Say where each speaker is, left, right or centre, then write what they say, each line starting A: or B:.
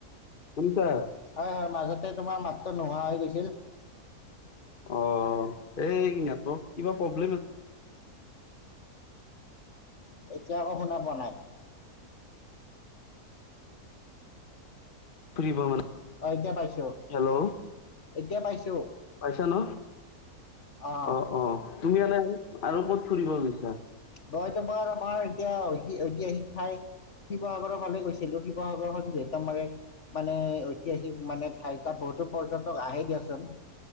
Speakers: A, on the left; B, on the left.
A: শুনিছা
B: হয়-হয় মাজতে তোমাৰ মাতটো নোহোৱা হৈ গৈছিল।
A: অ' এই নেটৱৰ্ক কিবা প্ৰব্লেম আছে।
B: এতিয়া আকৌ শুনা পোৱা নাই।
A: ফুৰিব মানে
B: অহ, এতিয়া পাইছো
A: হেল্ল'
B: এতিয়া পাইছো।
A: পাইছা ন
B: অঁ
A: অ অ তুমি এনে আৰু ক'ত ফুৰিব গৈছা?
B: মই তুমাৰ আমাৰ এতিয়া ঐতিহাসিক ঠাই শিৱসাগৰৰ ফালে গৈছিলো শিৱসাগৰখন যিহেতু আমাৰ এক মানে ঐতিহাসিক মানে ঠাই তাত বহুতো পৰ্যটক আহে দিয়াচোন।